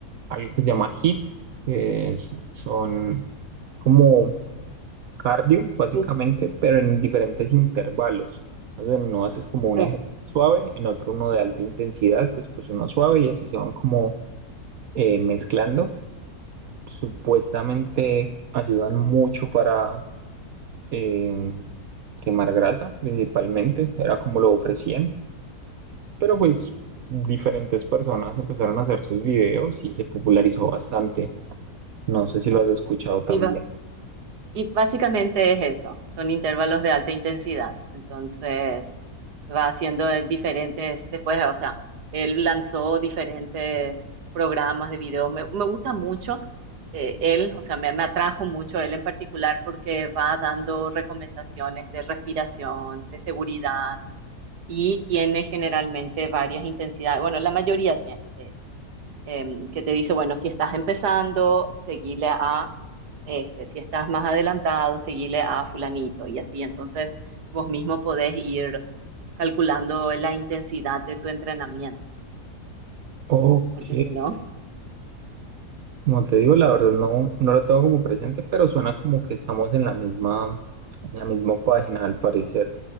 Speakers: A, on the right; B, on the right.
A: algo que se llama HIIT, que es- son como cardio, básicamente,
B: Sí,
A: pero en diferentes intervalos. Entonces, en uno haces como un
B: sí,
A: ejercicio suave, en otro uno de alta intensidad, después uno suave y así se van como eh, mezclando. Supuestamente ayudan mucho para em, quemar grasa, principalmente, era como lo ofrecían, pero pues diferentes personas empezaron a hacer sus videos y se popularizó bastante. No sé si lo has escuchado también.
B: sí, Y básicamente es eso, son intervalos de alta intensidad. Entonces va haciendo de diferentes, después, o sea, él lanzó diferentes programas de video. Me, me gusta mucho eh, él, o sea, me, me atrajo mucho él en particular porque va dando recomendaciones de respiración, de seguridad y tiene generalmente varias intensidades. Bueno, la mayoría tiene, eh, em, que te dice, bueno, si estás empezando, seguile a este, si estás más adelantado, seguile a fulanito y así. Entonces, vos mismo podés ir calculando la intensidad de tu entrenamiento,
A: Ok.
B: porque si no...
A: Como te digo, la verdad no, no lo tengo como presente, pero suena como que estamos en la misma, en la misma página al parecer.